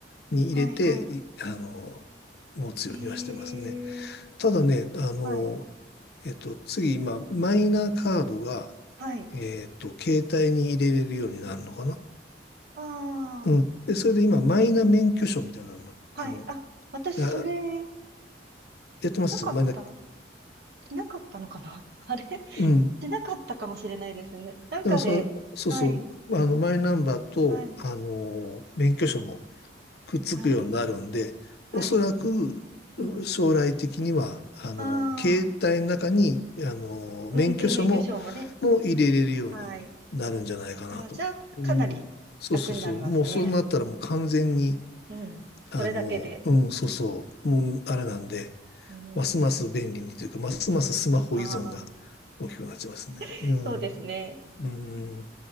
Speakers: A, on the left; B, on the right.
A: に入れて、
B: はい、はい。
A: いあの持つようにはしてますね。
B: へえ。
A: ただね、あの
B: はい。
A: えっと、次今、マイナカードが、
B: はい。
A: えっと、携帯に入れれるようになるのかな
B: ああ、
A: うん。で、それで今、マイナ免許証みたいなのも、
B: はい。
A: あの、
B: あ、私、
A: あ
B: それ、ん
A: やってますマイナ、
B: しなかったしなかったのかな <laughs> あれしなかったかもしれないですよね。
A: うん。
B: なんかで、
A: でもそ、そうそう、
B: はい。
A: あの、マイナンバーと、
B: はい、
A: あの、免許証もくっつくようになるんで、
B: はい、はい。
A: おそらく
B: うん。
A: 将来的には、あの、
B: あ
A: 携帯の中に、
B: あ、
A: あの、
B: 運転免許証もね。
A: 免許証も、もう入れれるようになるんじゃないかなと思う。
B: はい。ああ、じゃあ、かなり楽になりますね。
A: うん。そうそうそう。もうそうなったらもう完全に、
B: うん。
A: あの、
B: それだけで。
A: うん、そうそう。もうあれなんで、
B: うん。
A: ますます便利にというか、ますますスマホ依存が
B: ああ、
A: 大きくなっちゃいますね。
B: <laughs>
A: うん。
B: そうですね。
A: うん。